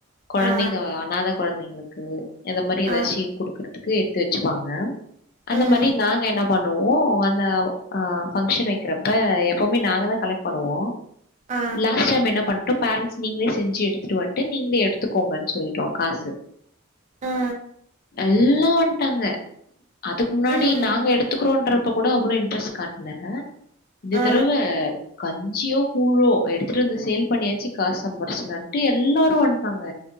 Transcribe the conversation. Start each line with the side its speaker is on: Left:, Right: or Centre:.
Left: கொழந்தைங்க
Right: ஆ
Left: அனாத கொழந்தைங்களுக்கு அத மாரி எதாச்சு
Right: ஆ
Left: குடுக்கறதுக்கு எட்த்து வெச்சுப்பாங்க அந்த
Right: ம்
Left: மாரி நாங்க என்ன பண்ணுவோ அந்த ஆ ஃபங்க்ஷன் வெ க்குரப்ப எப்பவுமே நாங்க தா கலெக்ட் பண்ணுவோ
Right: ஆ
Left: லாஸ்ட் டைம் என்ன பண்ட்டோ பேரண்ஸ் நீங்களே செஞ்சு எடுத்துட்டு வந்ட்டு நீங்களே எடுத்துக்கோங்கன் சொல்லிட்டோ காசு
Right: ஆ
Left: எல்லா வந்டாங்க அதுக்கு முன்னாடி
Right: ம்
Left: நாங்க எடுத்துக்றோன்றப்ப கூட அவ்வளோ இன்ட்ரெஸ் காட்ல இந்த
Right: ஆ
Left: தறவ கஞ்சியோ கூழோ எடுத்துட்டு வந்து சேல் பண்ணியாச்சு காஸ் சம்பாரிச்சிலான் ட்டு எல்லாரு வந்ட்டாங்க